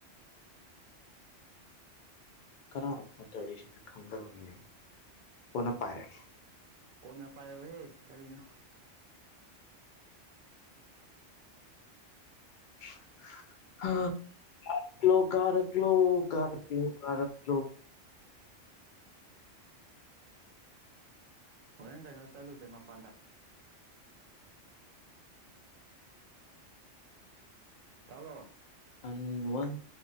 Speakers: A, on the left (about 60°); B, on the right (about 55°).
A: ꯀꯥꯅꯅꯣ ꯐꯣꯟ ꯇꯧꯔꯤꯛꯏꯁꯤꯅ ꯈꯪꯗꯕ ꯃꯤ ꯑꯃ ꯀꯣꯟꯅ ꯄꯥꯏꯔꯒꯦ
B: ꯀꯣꯟꯅ ꯄꯥꯏꯌꯣꯍꯦ ꯀꯔꯤꯅꯣ
A: <unintelligible> ꯀꯂꯣ ꯀꯥꯔꯛ ꯂꯣ ꯀꯥꯔꯛ ꯂꯣ ꯀꯥꯔꯛꯂꯣ
B: ꯍꯣꯏ ꯀꯩꯅꯣ ꯆꯠꯂꯨꯁꯦ ꯃꯄꯥꯟꯗ ꯇꯥꯕ꯭ꯔꯣ
A: ꯑꯟ ꯋꯥꯟ